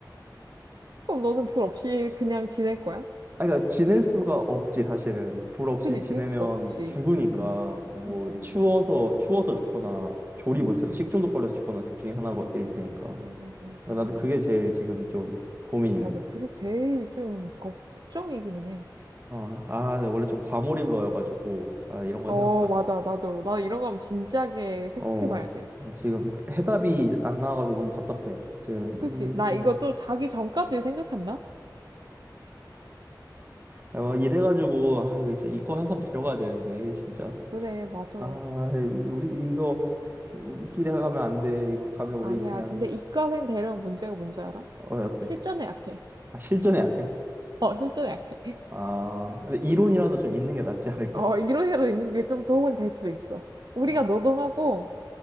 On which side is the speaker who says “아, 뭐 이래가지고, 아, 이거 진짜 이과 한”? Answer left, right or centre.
Right